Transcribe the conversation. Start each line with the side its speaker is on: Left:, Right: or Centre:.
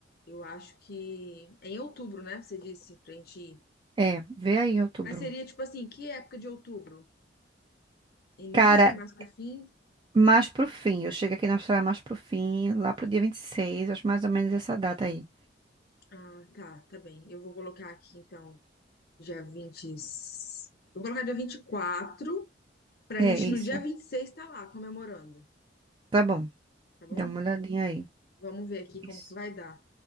Left: Eu acho que é em outubro, né? Você disse pra gente ir.
Right: É, vê aí em outubro.
Left: Mas seria tipo assim, que época de outubro? Início,
Right: Cara,
Left: mais pro fim?
Right: mais pro fim. Eu chego aqui na Austrália mais pro fim, lá pro dia 26. acho mais ou menos essa data aí.
Left: Ah, tá, tá bem. Eu vou colocar aqui, então, dia 20 e- Vou colocar dia 24, pra
Right: É
Left: gente
Right: isso.
Left: no dia 26 estar lá comemorando,
Right: Tá bom.
Left: tá bom?
Right: Dá uma olhadinha aí.
Left: Vamos ver aqui
Right: Isso.
Left: como que vai dar.